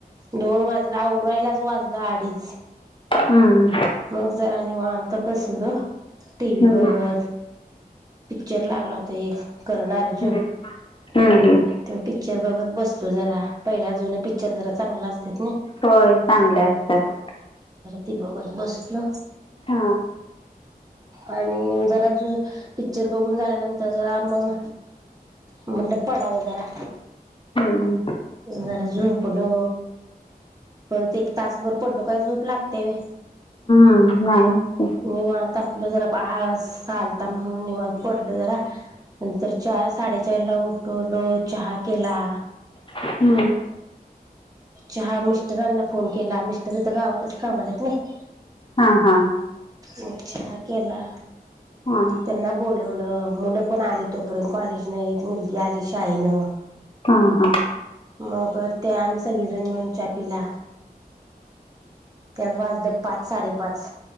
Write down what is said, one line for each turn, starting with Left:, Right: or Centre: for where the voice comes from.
Right: दोन वाजला उरायलाच वाजलं अडीच.
Left: हम्म
Right: मग जरा निवात तर बसल टी व्ही
Left: हम्म
Right: बघत. पिक्चर लागला होता एक करन अर्जुन.
Left: हम्म हम्म.
Right: तेव्हा पिक्चर बघत बसतो जरा पहिला जुन पिक्चर जरा चांगला असते ना.
Left: होय चांगले असतात.
Right: ती बघत बसलो
Left: हा.
Right: आणि जरा पिक्चर बघून झाल्यानंतर जरा मग म्हणलं पडावं जरा
Left: हम्म
Right: जरा झोपलो. परत एक तासभर पडलो काय झोप लागते व्हय
Left: हम नाही.
Right: निवांत जरा प आळस आलता म्हणून निवांत. पडलो जरा, नंतर चार साडेचार ला उठवल चहा केला.
Left: हम्म.
Right: चहा, मिस्टरांना फोन केला मिस्टर तर गावातच कामालात नाही.
Left: हा हा.
Right: मग चहा केला.
Left: हा.
Right: त्यांना बोलवलं मुलं पण आली तोपर्यंत कॉलेज नाही मुलगी आली शाळेनं.
Left: हा. हा
Right: मग ते आम्ही सगळी जण मिळून च्या पिला. त्यात वाजलं पाच साडेपाच.